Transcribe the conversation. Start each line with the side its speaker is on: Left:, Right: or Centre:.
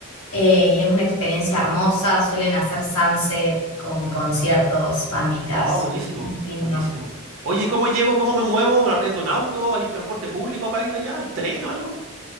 Left: eh, y es una experiencia hermosa. Suelen hacer sunset con conciertos, banditas.
Right: Ah, buenísimo,
Left: Lindo.
Right: buenísimo. Oye, ¿cómo llego? ¿Cómo me muevo? ¿Arriendo un auto? ¿Hay transporte público para ir allá? ¿Hay tren o algo?